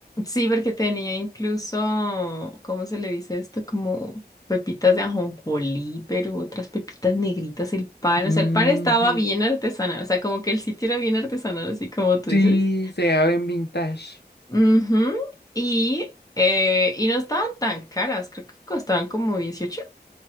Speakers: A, on the left; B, on the left.
A: Sí, porque tenía incluso, ¿cómo se le dice esto? Como pepitas de ajonjolí, pero otras pepitas negritas, el pan.
B: Ujú.
A: O sea, el pan estaba bien artesanal. O sea, como que el sitio era bien artesanal, así como tú
B: Sí,
A: dices.
B: se ven vintage.
A: Ujú. Y, eh, y no estaban tan caras, creo que costaban como 18.